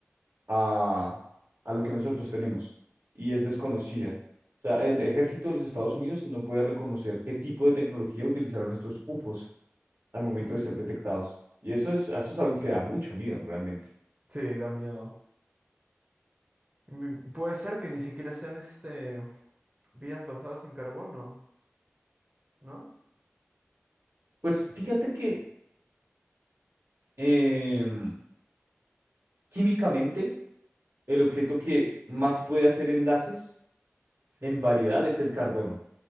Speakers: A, on the right; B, on the right.
A: a, a lo que nosotros tenemos y es desconocida. O sea, el ejército de los Estados Unidos no puede reconocer qué tipo de tecnología utilizaron estos UFOs al
B: Ujú.
A: momento de ser detectados. Y eso es, eso es algo que da mucho miedo realmente.
B: Sí, da miedo. Mm, Puede ser que ni siquiera sean este vidas basadas en carbono, ¿no?
A: Pues fíjate que Em, químicamente, el objeto que más puede hacer enlaces
B: Sí,
A: en variedad es el carbono.